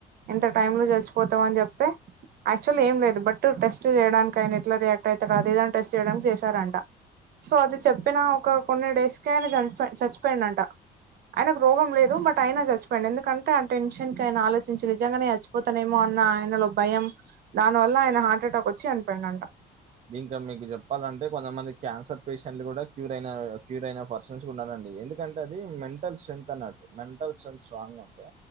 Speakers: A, on the right (about 65°); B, on the right (about 40°).
A: ఇంత టైమ్ లో చచ్చిపోతావని చెప్తే యాక్చువల్ ఏం లేదు బట్ టు టెస్ట్ చేయడాన్కి ఆయన ఎట్ల రియాక్ట్ అయితడో అదీ ఇదని టెస్ట్ చేయడానికి చేశారంట సో అది చెప్పినా ఒక కొన్ని డేస్కే ఆయన చనిపో చచ్చిపోయిండంట ఆయనకి రోగం లేదు బట్ అయిన చచ్చిపోయిండు ఎందుకంటే ఆ టెన్షన్కి ఆయన ఆలోచించి నిజంగనే చచ్చిపో పోతనేమో అన్న ఆయనలో భయం దాని వల్ల ఆయన హార్ట్ అటాక్ వచ్చి చనిపోయిడంట
B: ఇంకా మీకు చెప్పాలంటే కొంతమంది క్యాన్సర్ పేషెంట్లు కూడా క్యూరైనారు క్యూరైన పర్సన్ సున్నారండి ఎందుకంటే అది మెంటల్ స్ట్రెంత్ అన్నట్టు మెంటల్ స్ట్రెంత్ స్ట్రాంగ్ ఉంటే